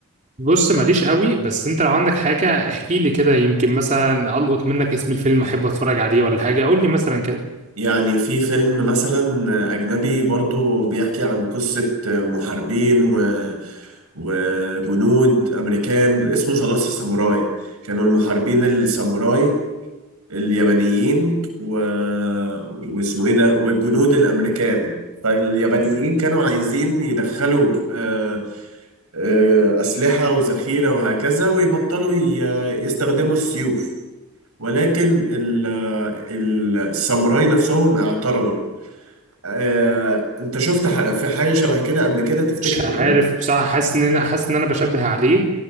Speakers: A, on the right; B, on the right.
A: بص ماليش قوي بس أنت لو عندك حاجة احكي لي كده يمكن مثلا ألقط منك اسم الفيلم أحب أتفرج عليه ولا حاجة قول لي مثلا كده
B: يعني في فيلم مثلا أجنبي برضو بيحكي عن قصة محاربين و... وجنود أمريكان اسمه ذا لاست ساموراي كانوا المحاربين الساموراي اليابانيين و... واسمه ايه ده والجنود الامريكان فاليابانيين كانوا عايزين يدخلوا آه، آه، اسلحه وذخيره وهكذا ويبطلوا ي... يستخدموا السيوف ولكن ال... ال- الساموراي نفسهم اعترضوا آه، انت شفت ح- في حاجه شبه كده قبل كده تفتكر
A: مش عارف
B: الفيلم
A: بصراحة حاسس إن أنا حاسس إن أنا بشبه عليه